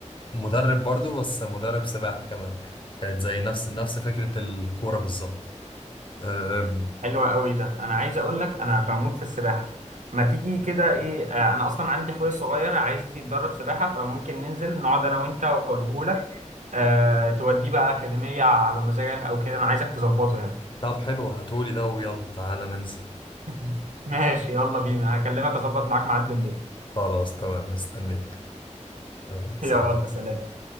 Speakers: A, on the left; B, on the right.
A: مدرب برضو بس مدرب سباحة كمان كانت زي نفس نفس فكرة الكورة بالظبط آه،
B: حلو قوي ده انا عايز اقول لك انا بموت في السباحه ما تيجي كده ايه آه، انا اصلا عندي اخويا الصغير عايز يتدرب سباحه فممكن ننزل نقعد انا وانت واجيبه لك أه توديه بقى اكاديميه على مزاجك او كده انا عايزك تظبطه يعني
A: طب حلو هاتولي ده ويلا تعالى ننزل
B: <laughs> ماشي يلا بينا هكلمك اظبط معاك ميعاد بالليل
A: خلاص تمام مستنيك يلا
B: <laughs>
A: سلام
B: يلا سلام